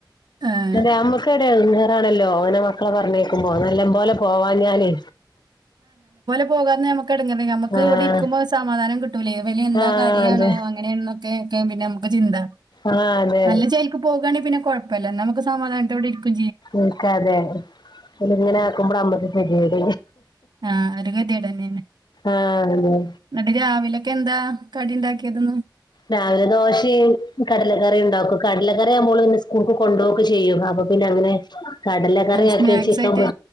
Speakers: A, on the right; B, on the left.
A: ആഹ്
B: അതെ അമ്മക്ക എടെയാ അതാണല്ലോ അങ്ങനെ മക്കളെ പറഞ്ഞേക്കുമ്പോ നല്ല പോലെ പോവാ ഞാലേ
A: പോകാെ നമക്ക് ടങ്ങെ നമുക്ക്
B: ആഹ്
A: ഇവിടെ ഇരിക്കുമ്പോ സമാധാനം കിട്ടൂലേ വല എന്താ
B: ആഹ്
A: കയയാണോ
B: അതെ
A: അങ്ങനെയാണെന്നൊക്കെക്കെ പിന്നെ നമുക്ക് ചിന്ത
B: ആഹ് അതെ
A: നല്ല ചേക്ക് പോകയാണെ പിന്നെ കുഴപ്പമില്ല നമുക്ക് സമാധാനത്തോരിക്ക
B: നിക്ക അതെതെ അ ഇങ്ങനെ ആക്കുമ്പോൾ അമ്മക്ക് ശരിട
A: ആഹ ഒരു ഗതിട തന്നെയന്നെ
B: ആഹ് അതെ
A: എന്നട്ട് രാവിലൊക്കെ എന്താ കട ക്കിയതരുന്നു
B: രാവിലെ ദോശയും കടലക്കറിയുണ്ട് ക്ക് കടലകറി ആക്പോൾ പിന്നെസ്കൂൾ കൊണ്ട്പോക്കെ ചെയ്യും അപ്പൊ പിന്ന അങ്ങനെ കടല കറിയക്കിയ
A: സ്നാക്സ്
B: ചിക്കൻ
A: ആയിട്ട്
B: പോ